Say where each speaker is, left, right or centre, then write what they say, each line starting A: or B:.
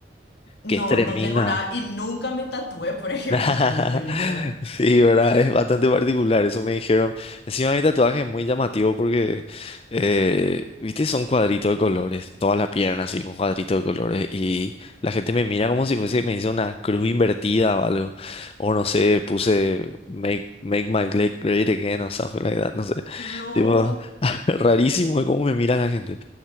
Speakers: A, on the left; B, on the left.
A: no,
B: Que es tremenda.
A: no tengo nada y nunca me tatué, por ejemplo,
B: <laughs>
A: por una película.
B: Sí, ¿verdad? Es bastante particular, eso me dijeron. Encima mi tatuaje es muy llamativo porque, eh, viste, son cuadritos de colores, toda la pierna así con cuadritos de colores y la gente me mira como si fuese, me hizo una cruz invertida o algo, o no sé, puse make, make my leg great again o something like that, no sé.
A: No.
B: Tipo, <laughs> rarísimo de cómo me mira la gente.